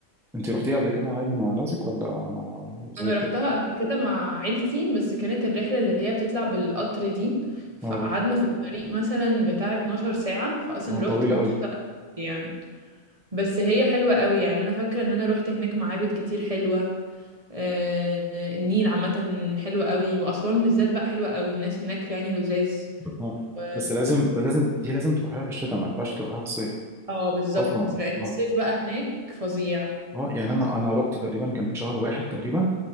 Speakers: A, in the centre; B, on the right.
A: أنت رحتيها قبل كده عادي مع نفسك ولا مع زي
B: انا رحتها
A: كده؟
B: قبل كده مع عيلتي بس كانت الرحله اللي هي بتطلع بالقطر دي فقعدنا
A: آه،
B: في الطريق مثلا بتاع 12 ساعه فاصلا
A: آه، طويلة
B: رحت ما كنتش
A: أوي
B: طايقة نفسي يعني بس هي حلوه قوي يعني انا فاكره ان انا رحت هناك معابد كتير حلوه آه، النيل عامة حلوة قوي وأسوان بالذات بقى حلوة قوي الناس هناك يعني لذاذ
A: اه
B: و
A: بس لازم لازم دي لازم تروحيها في الشتاء ما ينفعش تروحيها في الصيف
B: اه بالظبط
A: اصلا
B: لأن
A: اه
B: الصيف بقى هناك فظيع
A: اه يعني انا انا رحت تقريبا كان في شهر واحد تقريبا